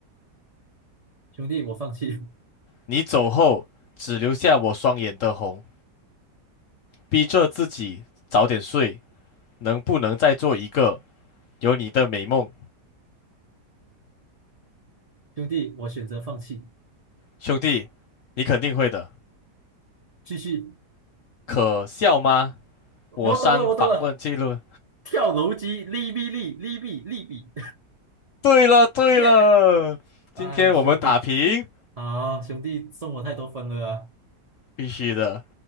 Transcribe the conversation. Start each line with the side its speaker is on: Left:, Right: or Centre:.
Right: 兄弟，我放弃，
Left: 你走后，只留下我双眼的红。逼着自己早点睡，能不能再做一个有你的美梦？
Right: <laughs> 兄弟，我选择放弃，
Left: 兄弟，你肯定会的。
Right: 继续，
Left: 可笑吗？我删访问记录。
Right: 我懂了，我懂了，跳楼机，利弊利，利弊利弊，
Left: 对了对了，
Right: <laughs> 耶！哎，
Left: 今天我们打平，
Right: 兄弟，好，兄弟送我太多分了啊
Left: 必须的。